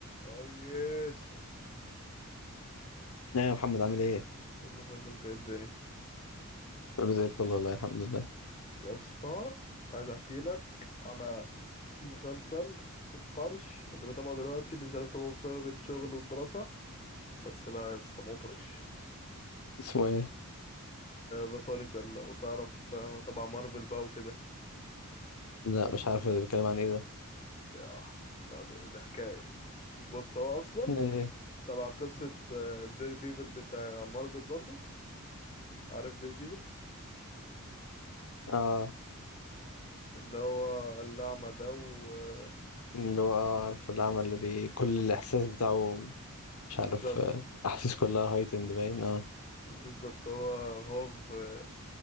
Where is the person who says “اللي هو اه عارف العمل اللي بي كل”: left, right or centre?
Left